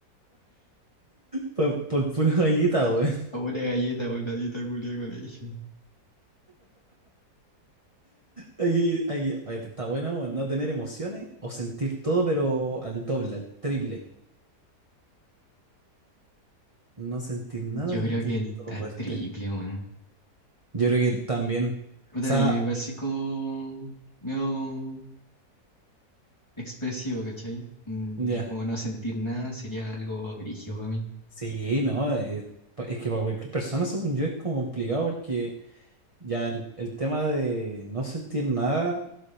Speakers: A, on the right; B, on the left.
A: Por, por pura gallita, güey.
B: a pura galleta por la dieta culia de colegio.
A: Ahí- ahí- oye, ¿te está bueno, weón? no tener emociones o sentir todo, pero al doble, al triple. No sentir nada,
B: Yo
A: sentir
B: creo que el,
A: todo
B: al
A: fuerte.
B: triple, weón.
A: Yo creo que también. O
B: Puta,
A: sea,
B: yo igual soy como medio expresivo, ¿cachai? Mm,
A: ya.
B: Y como no sentir nada sería algo brígido para mí.
A: Sí, no. eh, pa- es que para cualquier persona, según yo, es como complicado porque ya el, el tema de no sentir nada